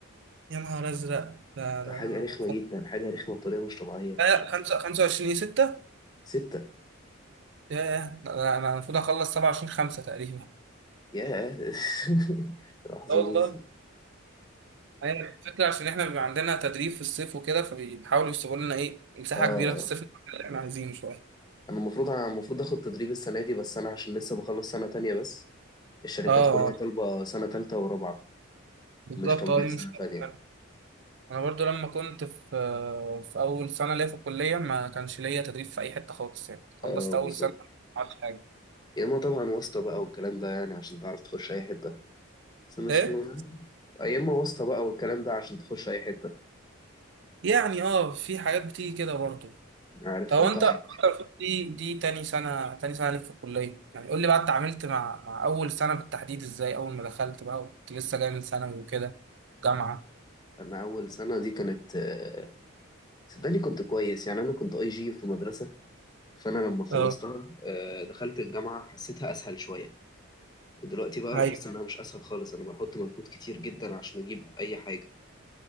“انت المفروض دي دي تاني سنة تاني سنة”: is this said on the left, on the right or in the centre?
Right